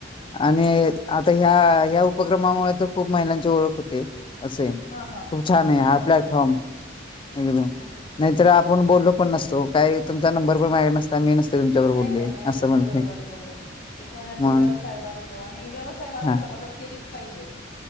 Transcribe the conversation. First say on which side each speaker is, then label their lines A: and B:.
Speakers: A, on the left (about 25°); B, on the left (about 45°).
A: आणि आता ह्या ह्या उपक्रमामुळे तर खूप महिलांची ओळख होते. असे
B: हा हा
A: खूप छान आहे
B: नाही
A: हा
B: बरोबर
A: प्लॅटफॉर्म एकदम
B: हम्म हम्म
A: नाहीतर आपण बोललो पण नसतो काही तुमचा नंबर पण माझ्याकड नसता मी नसते तुमच्यावर बोलले
B: नाही नाही नाही नाही
A: असं
B: नाही
A: म्हणते
B: बरोबर बरोबर एक महिन्यांचा
A: मग
B: व्यवसाय वाढतो आणि व्यवसाय वाढवायला
A: हा
B: मदत केलीच पाहिजे.